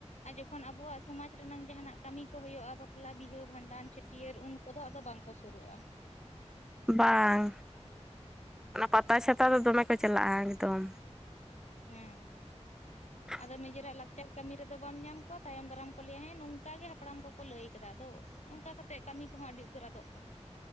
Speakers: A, on the left (about 75°); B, in the centre.
A: ᱟᱨ ᱡᱚᱠᱷᱚᱱ ᱟᱵᱚᱣᱟᱜ ᱥᱚᱢᱟᱡᱽ ᱨᱮᱱᱟᱝ ᱡᱟᱦᱟᱱᱟᱜ ᱠᱟᱢᱤ ᱠᱚ ᱦᱩᱭᱩᱜᱼᱟᱼᱼ ᱵᱟᱯᱞᱟ ᱵᱤᱦᱟᱹ ᱵᱷᱟᱸᱰᱟᱱ ᱪᱷᱟᱹᱴᱭᱟᱹᱨ ᱩᱱᱠᱚᱫᱚ ᱟᱫᱚ ᱵᱟᱝᱠᱚ ᱥᱩᱨᱩᱜᱼᱟ ᱾
B: ᱵᱟᱝ, ᱚᱱᱟ ᱯᱟᱛᱟ ᱪᱷᱟᱛᱟ ᱫᱚ ᱫᱚᱢᱮ ᱠᱚ ᱪᱟᱞᱟᱜᱼᱟ ᱮᱠᱫᱚᱢᱼᱼ <inaudible>
A: ᱦᱮᱸ ᱟᱫᱚ ᱱᱤᱡᱮᱨᱟᱜ ᱞᱟᱠᱪᱟᱨ ᱠᱟᱢᱤ ᱨᱮᱫᱚ ᱵᱟᱢ ᱧᱟᱢ ᱠᱚᱣᱟ ᱛᱟᱭᱚᱢ ᱫᱟᱨᱟᱢ ᱠᱚ ᱞᱟᱹᱭᱟ ᱦᱮᱸ ᱱᱚᱝᱠᱟ ᱜᱮ ᱦᱟᱯᱲᱟᱢ ᱠᱚᱠᱚ ᱞᱟᱹᱭ ᱠᱟᱫᱟ ᱟᱫᱚᱼᱼ ᱚᱱᱠᱟ ᱠᱟᱛᱮᱜ ᱠᱟᱢᱤ ᱠᱚᱸᱦᱚᱸ ᱟᱰᱤ ᱩᱛᱟᱹᱨ ᱟᱫᱚᱜ ᱠᱟᱱᱟ ᱾